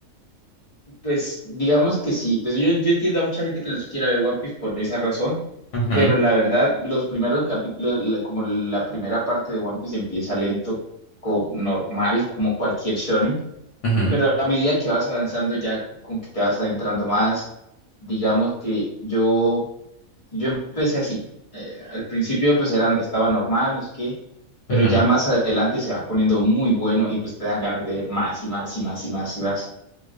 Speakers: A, on the left; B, on the left.
A: Pues digamos que sí, pues yo, yo entiendo a mucha gente que no se quiera ver One Piece por esa razón,
B: Ujú,
A: pero la verdad, los primeros capítulos, como la primera parte de One Piece empieza lento, co- normal, como cualquier shonen,
B: ujú,
A: pero a medida que vas avanzando ya con que te vas adentrando más, digamos que yo... Yo empecé así. eh, al principio pues era, estaba normal, no sé qué, pero
B: ujú,
A: ya más adelante se va poniendo muy bueno y pues te dan ganas de ver más y más y más y más y más.